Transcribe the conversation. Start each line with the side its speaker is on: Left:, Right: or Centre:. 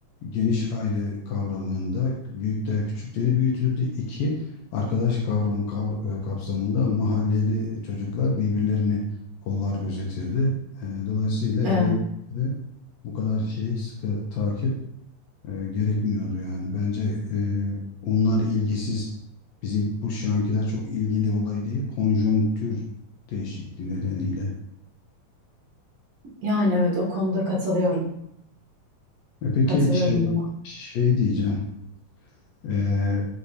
Left: geniş aile kavramında büyükler küçükleri büyütürdü. İki, arkadaş kavramı kav- e, kapsamında mahalleli çocuklar birbirlerini kollar gözetirdi. E, Dolayısıyla
Right: Evet.
Left: ebeveynlere bu kadar şey sıkı takip e, gerekmiyordu yani. Bence e, onlar ilgisiz bizim bu şu ankiler çok ilgili olayı değil, konjonktür değişikliği nedeniyle.
Right: Yani evet o konuda katılıyorum.
Left: E peki
Right: Katılıyorum
Left: şey,
Right: buna.
Left: şey diyeceğim. Ee,